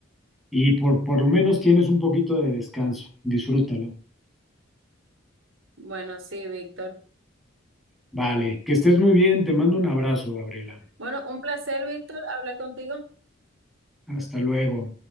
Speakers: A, in the centre; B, on the right.
A: Y por, por lo menos tienes un poquito de descanso, disfrútalo.
B: Bueno, sí, Víctor.
A: Vale, que estés muy bien, te mando un abrazo, Gabriela.
B: Bueno, un placer, Víctor, hablar contigo.
A: Hasta luego.